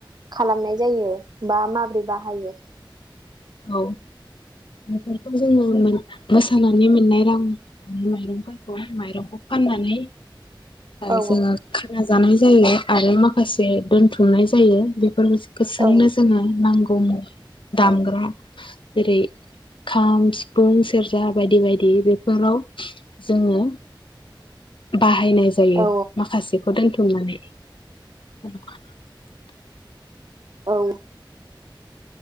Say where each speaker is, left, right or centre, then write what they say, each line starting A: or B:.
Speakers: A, on the right; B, on the left.
A: खालामनाय जायो। बा <unintelligible> बोरै बाहायो।
B: औ बेफोरखौ जोङो मोसानानै मोननाय रां आरो माइरंफोरखौ माइरंखौ फाननानै ओ
A: औ
B: जोङो खाना जानाय जायो आरो माखासे दथुमनाय जायो बे <unintelligible>
A: औ
B: जोङो नांगौ ओम दामग्रा जेरै खाम सिफुं सेरजा बायदि बायदि बेफोराव जोङो बाहायनाय जायो
A: औ
B: माखासेखौ दोनथुमनानै <inaudible>
A: औ।